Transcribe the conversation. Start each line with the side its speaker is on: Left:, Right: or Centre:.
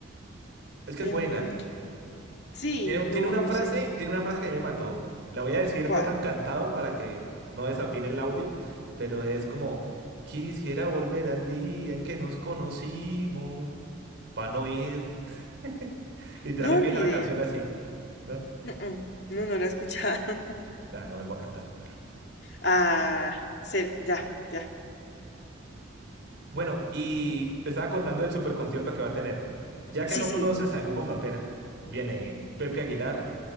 Right: Es que es
Left: Em,
Right: buena.
Left: Sí,
Right: Tiene,
Left: no,
Right: tiene una
Left: no
Right: frase,
Left: sé.
Right: tiene una frase que a mí me mató. La voy a decir
Left: ¿Cuál?
Right: no tan cantado para que no desafine el audio, pero es como, quisiera volver al día en que nos conocimos, para no ir. <laughs> Literal
Left: No,
Right: empieza
Left: ni
Right: la
Left: idea.
Right: canción así, ¿no?
Left: No, no, no, no la he escuchado. <laughs>
Right: Ah, no vuelvo a cantar.
Left: Ah, ser, ya, ya.
Right: Bueno, y te estaba contando del superconcierto que va a tener. Ya que
Left: Sí,
Right: no
Left: sí.
Right: conoces al Grupo Frontera, viene Pepe Aguilar,